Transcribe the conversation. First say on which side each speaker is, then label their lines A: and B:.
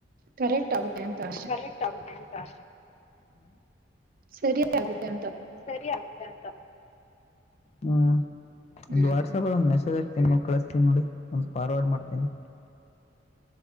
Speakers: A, on the right; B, on the left.
A: ಕರೆಕ್ಟ್ ಆಗುತ್ತೆ ಅಂತ ಅಷ್ಟೆ
B: ಕರೆಕ್ಟ್ ಆ ಅಂತೆ
A: ಸರಿ ಆಗುತ್ತೆ ಅಂತ
B: ಸರಿ ಆಗುತ್ತೆ ಅಂತ ಹ್ಮ
A: ಹ್ಮ್
B: ಒಂದು ವಾಟ್ಸ್ಆಪ್ ಅ ಒಂದು ಮೆಸೇಜ್ ಹಾಕಿ ತಿ ಕಳಿಸತೀನಿ ನೋಡಿ ಒಂದು ಫಾರ್ವರ್ಡ್ ಮಾಡ್ತೀನಿ